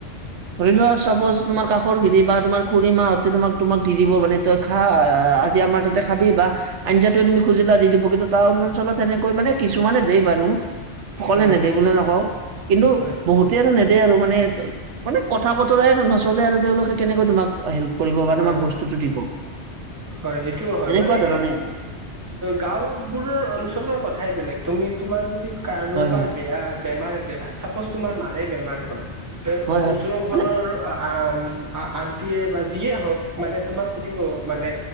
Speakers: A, on the right; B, on the right.
A: ধৰি লোৱা চাপ'জ তোমাৰ কাষৰ খিৰি বা তোমাৰ খুড়ী মাহঁতে তোমাক তোমাক দি দিব মানে তই খা আজি আমাৰ তাতে খাবি বা আঞ্জাটো তুমি খুজিলা দি দিব, কিন্তু টাউন অঞ্চলত তেনেকৈ মানে কিছুমানে দেই বাৰু। সকলোৱে
B: হয়
A: নেদে বুলি নকওঁ, কিন্তু
B: হয়
A: বহুত সিহঁতে আৰু নেদে আৰু মানে মানে কথা বতৰাই নচলে আৰু তেওঁলোকে কেনেকৈ তোমাক হেল্প কৰিব বা
B: হয়
A: তোমাক বস্তুটো দিব।
B: হয় এইটোও হয়
A: এনেকুৱা
B: মানে
A: ধৰণে আৰু
B: গাওবোৰৰ অঞ্চলৰ কথাই বেলেগ তুমি তোমাৰ যদি কাৰোবাৰ
A: হয় হয়
B: বেয়া বেমাৰ হৈছে, চাপ'জ তোমাৰ মাৰে বেমাৰ হ'ল
A: হয় হয়
B: ওচৰৰ ঘৰৰ
A: মানে
B: আ আন্টিয়ে বা যিয়ে হওক মানে তোমাক সুধিব মানে